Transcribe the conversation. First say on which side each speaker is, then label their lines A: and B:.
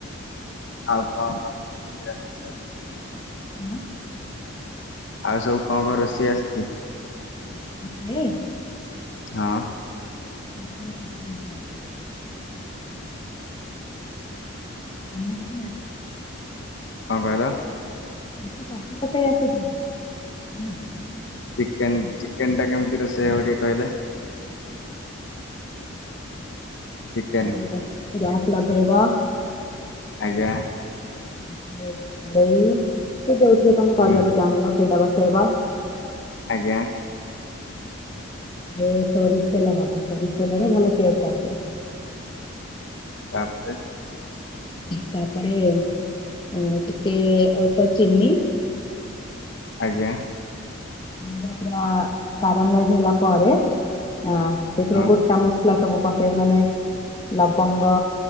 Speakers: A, on the left; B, on the left.
A: ଆଉ କଣ <unintelligible> ଆସିଛି?
B: ହଁ।
A: ଆଉ ସବୁ କଣ କଣ ରୋଷେଇ ଆସିଛି।
B: ମତେ।
A: ହଁ।
B: <inaudible> <inaudible>
A: କଣ କହିଲ।
B: <inaudible>
A: ଚିକେନ ଚିକେନ ଟା କେମିତି ରୋସେଇ ହବ ଟିକେ କହିଲେ। ଚିକେନ
B: <inaudible> ଗ୍ୟାସ୍ ଲଗେଇବ।
A: ଆଜ୍ଞା।
B: ତାପରେ କଡ଼େଇ କି ଯୋଉଥିରେ ତମେ କରିବାକୁ
A: ହୁଁ
B: ଚାହିଁବ ସେଇଟା ବସେଇବ।
A: ଆଜ୍ଞା।
B: ଏ ସୋରି ତେଲ ଦବ ସୋରିସ ତେଲରେ ଭଲ ଟେଷ୍ଟ ଆସିବ।
A: ତାପରେ।
B: ତାପରେ ଅ ଟିକେ ଅଳ୍ପ ଚିନି
A: ଆଜ୍ଞା।
B: ତ ପୁରା କାରାମ ହେଇ ଗଲା ପରେ ଅ ସେଥିରେ
A: ହଁ
B: ଗୋଟା ମ ସଲା ସବୁ ପକେଇବେ ମାନେ ଲବଙ୍ଗ